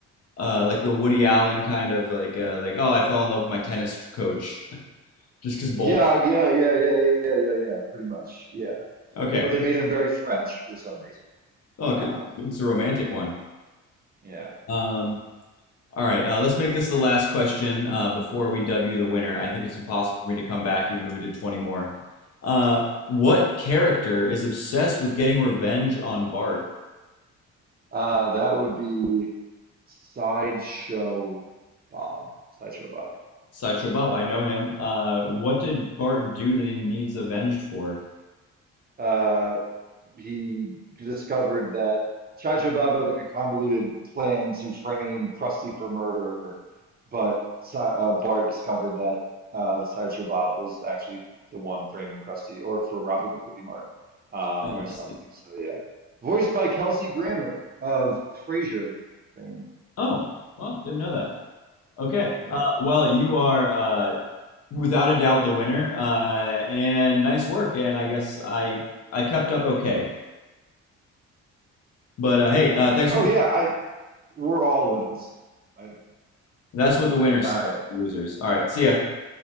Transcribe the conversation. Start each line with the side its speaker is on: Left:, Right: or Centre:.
Left: uh like the Woody Allen kind of like uh like oh I fell in love with my tennis coach <laughs> just because bowling.
Right: Yeah, yeah, yeah, yeah, yeah, yeah, yeah, yeah, pretty much. Yeah.
Left: Okay.
Right: But they made him very French for some reason.
Left: Oh,
Right: Um,
Left: good. It's a romantic one.
Right: yeah, yeah.
Left: Um, All right, uh, let's make this the last question uh, before we dub you the winner. I think it's impossible for me to come back, even if we did 20 more. Uh, what character is obsessed with getting revenge on Bart?
Right: Uh, that would be Sideshow Bob. Sideshow Bob.
Left: Sideshow Bob, I know him. Uh, what did Bart do that he needs avenged for?
Right: Uh, he discovered that Chaja Baba had like a convoluted plan to frame Krusty for murder, but uh, Bart discovered that uh, Sideshow Bob was actually the one framing Krusty, or for robbing the Cookie Mart, um,
Left: Oh,
Right: or something.
Left: I see.
Right: So yeah, voiced by Kelsey Grammer of Frasier fame.
Left: Oh, well, didn't know that. Okay.
Right: Yeah.
Left: Uh, well, you are uh, without a doubt the winner, uh, and nice work. And I guess I I kept up okay. But uh, hey, uh, thanks
Right: Oh
Left: for playing.
Right: yeah, I we're all winners. I,
Left: That's what the winners
Right: all
Left: say,
Right: right.
Left: losers. All right, see ya.